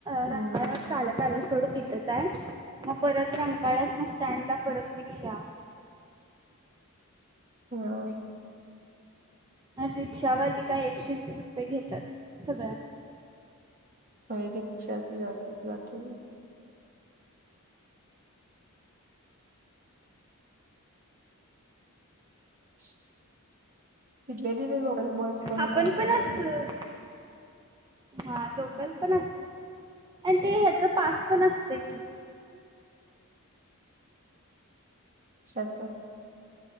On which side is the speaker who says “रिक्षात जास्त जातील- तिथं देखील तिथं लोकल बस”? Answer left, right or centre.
Right